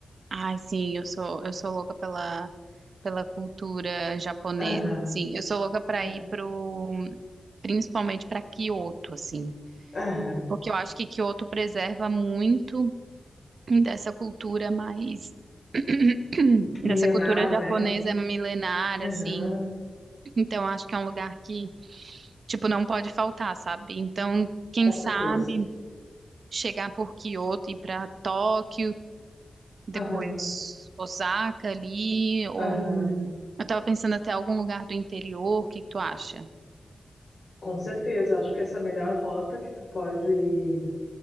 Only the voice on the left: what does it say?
Aham,
é,
aham.
Milenar,
né?
Aham,
com
certeza.
Aham,
aham,
com certeza. Acho que essa é a melhor rota que tu pode ir,